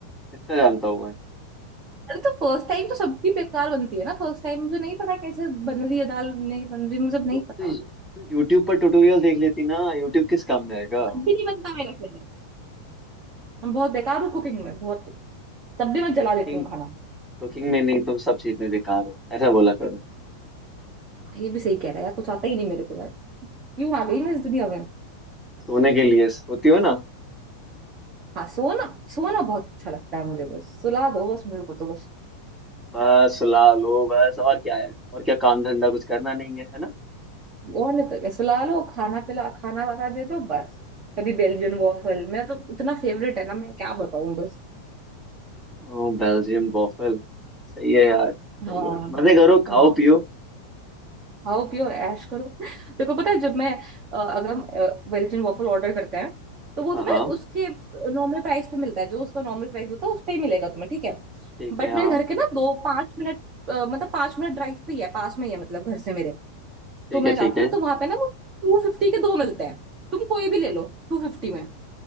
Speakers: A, in the centre; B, on the right.
A: इतना जानता हूँ मैं
B: अरे तो फर्स्ट टाइम तो सबकी बेकार बनती है ना फर्स्ट टाइम मुझे नहीं पता कैसे बन रही है दाल नहीं बन रही मुझे नहीं
A: तो
B: पता
A: तो, तो यूट्यूब पर ट्यूटोरियल देख लेती ना यूट्यूब किस काम में आएगा
B: तब भी नहीं बनता मेरे से मैं बहुत बेकार हूँ कुकिंग में बहुत तब भी मैं जला
A: कुकिंग
B: देती हूँ खाना
A: कुकिंग में नहीं तुम सब सीखने बेकार हो ऐसा बोला करो
B: हाँ, ये भी सही कह रहा है यार कुछ आता ही नहीं मेरे को यार क्यों आ गई मैं इस दुनिया में
A: सोने के लिए सोती हो ना
B: हाँ सोना सोना बहुत अच्छा लगता है मुझे बस सुला दो बस मेरे को तो बस
A: बस सुला लो बस और क्या है और क्या काम धंधा कुछ करना नहीं है है ना
B: और नहीं तो क्या सुला लो खाना पिला खाना बना दे दो बस कभी बेल्जियन वॉफल मेरा तो इतना फेवरेट है ना मैं क्या बताऊं बस
A: ओ बेल्जियम बॉफल सही है यार सही
B: हाँ
A: है मजे करो
B: हाँ
A: खाओ पियो
B: खाओ पियो ऐश करो देखो पता है जब मैं अ, अगर बेल्जियन वॉफल ऑर्डर करते हैं तो वो
A: हाँ
B: तुम्हें
A: हाँ
B: उसके नॉर्मल प्राइस पे मिलता है जो उसका नॉर्मल प्राइस होता है उस पे ही मिलेगा तुम्हें ठीक है
A: ठीक
B: बट
A: है हाँ
B: मेरे घर के ना दो पांच मिनट अ, मतलब पांच मिनट ड्राइव पे ही है पास में ही है मतलब घर से मेरे
A: ठीक
B: तो मैं
A: है
B: जाती
A: ठीक है
B: हूँ तो वहां पे ना वो टू फिफ्टी के दो मिलते हैं तुम कोई भी ले लो टू फिफ्टी में